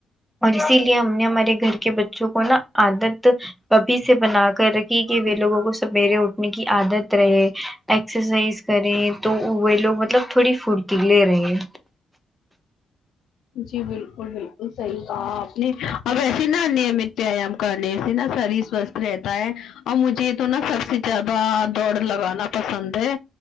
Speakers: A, in the centre; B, on the left (about 80°).
A: اور اسی لیے ہم نے ہمارے گھر کے بچوں کو نا عادت ابھی سے بنا کر رکھی کہ وہ لوگوں کو سویرے اٹھنے کی عادت رہے ایکسرسائز کریں تو وے لوگ مطلب تھوڑی پھرتیلے رہیں
B: جی بالکل بالکل صحیح کہا آپ نے اب ویسے نہ وتیام کرنے سے نا شریر سوتھ رہتا ہے اور مجھے تو نا سب سے زیادہ دوڑ لگانا پسند ہے